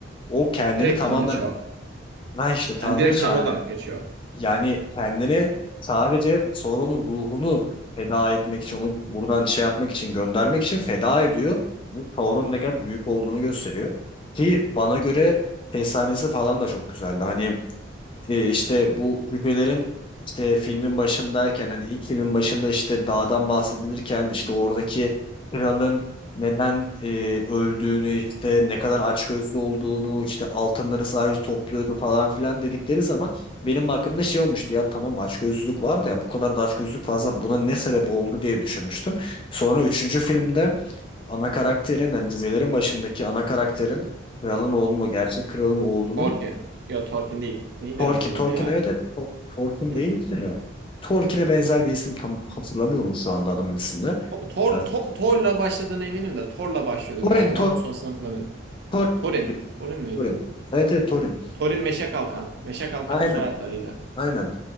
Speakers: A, on the left; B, on the right.
A: O kendini
B: Direkt
A: tamamen
B: tanrıça o.
A: ben işte tanrıça
B: Yani direkt tanrı
A: hani
B: olarak geçiyor.
A: yani kendini sadece sorunun ruhunu feda etmek için, onu buradan şey yapmak için, göndermek için feda ediyor. Bu Sauron'un ne kadar büyük olduğunu gösteriyor. Ki bana göre efsanesi falan da çok güzeldi. Hani e, işte bu cücelerin işte filmin başındayken hani ilk filmin başında işte dağdan bahsedilirken işte oradaki kralın neden e, öldüğünü işte ne kadar açgözlü olduğunu işte altınları sadece topluyordu falan filan dedikleri zaman benim aklımda şey olmuştu ya tamam açgözlülük vardı ya bu kadar da açgözlülük fazla buna ne sebep oldu diye düşünmüştüm. Sonra üçüncü filmde ana karakterin hani cücelerin başındaki ana karakterin kralın oğlunun o gerçek kralın oğlunun
B: Thorfinn. Yok Thorfinn değil. Neydi
A: Torkin.
B: adamın adı
A: Torkin
B: ya?
A: evet evet. To- Torkin
B: <laughs>
A: değildi ya. Torkin'e benzer bir isim tam hatırlamıyorum şu anda adamın ismini.
B: To- Tor,
A: Biraz-
B: To- Tor'la başladığına eminim de Tor'la başlıyordu
A: Torin.
B: galiba
A: Tor
B: ama sonrasını hatırlamıyorum.
A: Tor-
B: Torin. Torin miydi?
A: Torin. Evet evet Torin.
B: Torin Meşe Kalkan. Meşe Kalkan
A: Aynen.
B: da soyadlarıydı.
A: Aynen.